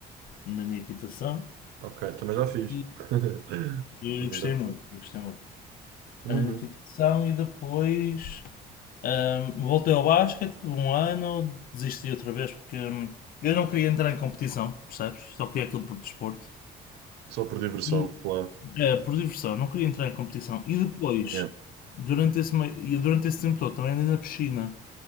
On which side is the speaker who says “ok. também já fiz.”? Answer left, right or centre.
Right